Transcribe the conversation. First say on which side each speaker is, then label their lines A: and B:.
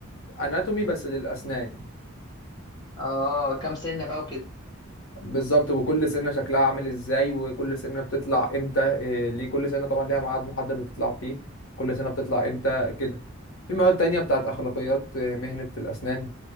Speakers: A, on the left (about 80°); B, on the left (about 20°).
A: اناتومي بس للاسنان
B: اه كام سنه بقى وكده
A: بالظبط وكل سنه شكلها عامل ازاي وكل سنه بتطلع امتى آه، ليه كل سنه طبعا ليها ميعاد محدد بتطلع فيه كل سنه بتطلع امتى كده في مواد تانية بتاعت اخلاقيات آه، مهنه الاسنان